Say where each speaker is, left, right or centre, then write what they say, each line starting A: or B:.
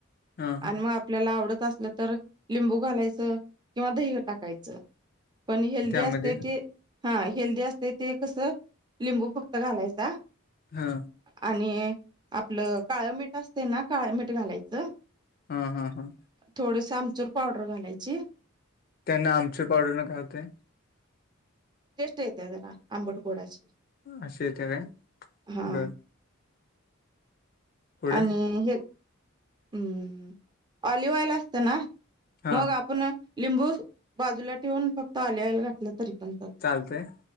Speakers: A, on the left; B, on the right.
A: हा
B: अन मग आपल्याला आवडत. असलं तर लिंबू घालायचं किंवा दहीला टाकायचं. पण हेल्दी
A: त्यामध्ये
B: असते ते हा हेल्दी असते ते कसं लिंबू फक्त घालायचा.
A: हा
B: आणि आपलं काळं मिठ असते ना काळ मिठ घालायच
A: हा हा हा
B: थोडस आमचूर पावडर घालायची.
A: त्यांन आमचूर पावडर न काय होते?
B: टेस्ट येत्या त्याला आंबट गोडाची
A: असे येते काय
B: हा.
A: बर पुढे
B: आणि हे अ हम ऑलिव्हऑइल असत ना.
A: हा
B: मग आपण ना लिंबू बाजूला ठेवून फक्त ऑलिव्ह ऑईल घातलं तरी पण चालत
A: चालतेय.